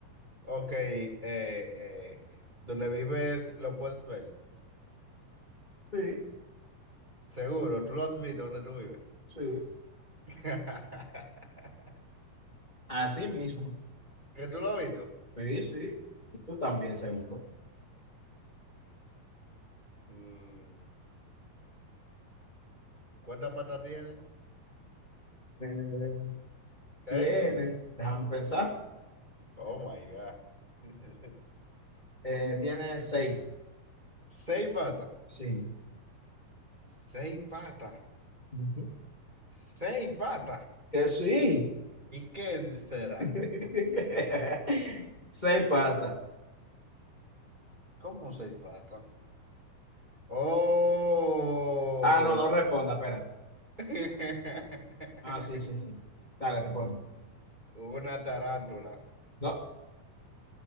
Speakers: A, on the right; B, on the left.
A: Ok. Eh, eh, ¿dónde vives? Lo puedes ver.
B: Sí,
A: Seguro. ¿Tú lo has visto? ¿Dónde tú vives?
B: sí.
A: <laughs>
B: Así mismo.
A: ¿Que tú lo has visto?
B: Sí, sí. Y tú también, seguro.
A: Mm, ¿Cuántas patas tiene?
B: Eh,
A: ¿Eh?
B: tiene, déjame pensar,
A: Oh my God. <laughs>
B: eh, tiene seis.
A: Seis patas.
B: Sí.
A: Seis patas.
B: Ujú.
A: Seis patas.
B: Que sí.
A: ¿Y qué será?
B: <laughs> Seis patas.
A: ¿Cómo seis patas? Oh.
B: Ah, no, no responda, espérate.
A: <laughs>
B: Ah, sí, sí, sí. Dale, responde.
A: Una tarántula.
B: No,